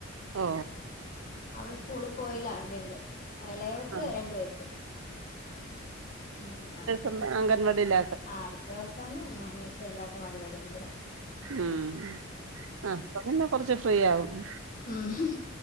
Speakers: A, on the right; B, on the left.
A: ഓ
B: അവള് സ്കൂളിൽ പോയില്ല ഇവടണ്ട് എളയവക്ക്
A: ആഹ്
B: രണ്ടവയസ്സ് ഉം അ
A: ഒന്ന് അംഗൻവാടിയില
B: ആ അടുത്ത വർഷമാവുമ്പോ ആ നഴ്സറില്ലാക്കാൻ വേണ്ടിട്ടാ ഇവിടെ
A: ഉം അപ്പൊപിന്നെ കൊറച്ച് ഫ്രീ ആവും
B: ഊ ഹും